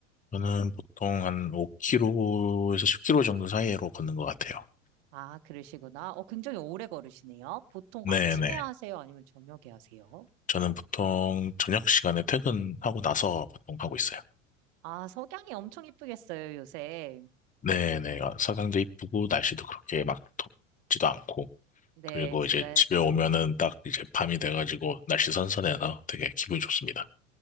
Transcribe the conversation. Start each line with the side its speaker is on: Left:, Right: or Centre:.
Left: 저는 보통 한 5km에서 10km 정도 사이로 걷는 것 같아요.
Right: 아, 그러시구나. 어, 굉장히 오래 걸으시네요. 보통
Left: 네네.
Right: 아침에 하세요? 아니면 저녁에 하세요?
Left: 저는 보통 저녁 시간에 퇴근하고 나서 보통 하고 있어요.
Right: 아, 석양이 엄청 이쁘겠어요, 요새.
Left: 네네. 서강도 이쁘고 날씨도 그렇게 막 덥지도 않고.
Right: 네,
Left: 그리고
Right: 진짜,
Left: 이제 집에 오면은 딱 이제 밤이 돼가지고 날씨 선선해서 되게 기분이 좋습니다.